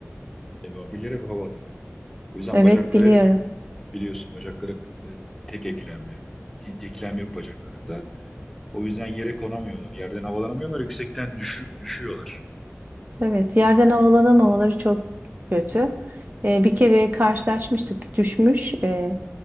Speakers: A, in the centre; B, on the right (about 35°).
A: ebabiller hep havada. O yüzden
B: Evet
A: bacakları
B: biliyorum.
A: biliyorsun bacakları e, tek eklemli. Hi- Eklem yok bacaklarında. O yüzden yere konamıyorlar. Yerden havalanamıyorlar. Yüksekten düşü- düşüyorlar.
B: Evet, yerden havalanamamaları çok kötü. Ee, bir kere karşılaşmıştık, düşmüş. Ee,